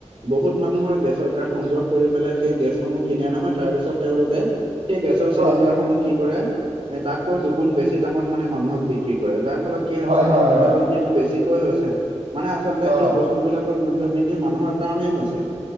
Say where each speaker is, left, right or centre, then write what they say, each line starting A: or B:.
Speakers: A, on the right; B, on the right.
A: বহুত মানুহৰ গেছৰ কাৰ্ড সংগ্ৰহ কৰি পেলাই সেই গেছসমূহ কিনে নহয় তাৰ পিছত তেওঁলোকে সেই গেছৰ চিলিণ্ডাৰসমূহ
B: হয়
A: কি কৰে এ তাতকৈ দুগুণ বেছি দামত মানে মানুহক বিক্ৰী কৰে যাৰ ফলত কি হৈছে
B: হয়
A: আমাৰ
B: হয়
A: মূল্যবৃদ
B: অ
A: দ্ধিটো বেছিকৈ হৈছে মানে আচলতে
B: অ
A: সেই বচ স্তু বিলাকৰ মূল্য বৃদ্ধি মানুহৰ কাৰণেই হৈছে